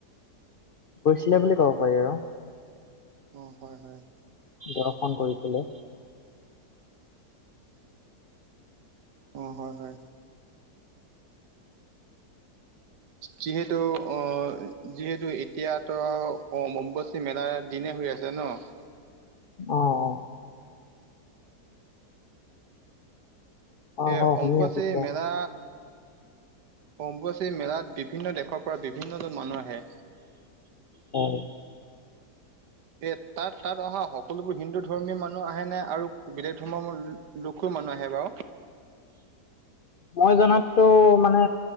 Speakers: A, on the left; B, on the right.
A: গৈছিলে বুলি ক'ব পাৰি আৰু
B: অ', হয়, হয়,
A: দৰ্শন কৰিছিলে
B: অ', হয়, হয়, যিহেতু অ', যিহেতু এতিয়াতো অম্ব মেলাৰ দিনে হৈ আছে ন'?
A: অ', অ', অ
B: এই
A: অ
B: অম্বুবাচী
A: শুনি আছো কোৱা
B: মেলা অম্বুবাচী মেলাত বিভিন্ন দেশৰ পৰা বিভিন্নজন মানুহ আহে।
A: হয়,
B: এ তাত তাত অহা সকলোবোৰ হিন্দু ধৰ্মীয় মানুহ আহে নে আৰু বেলেগ ধৰ্মৰ লোকো মানুহ আহে বাৰু
A: মই জনাততো মানে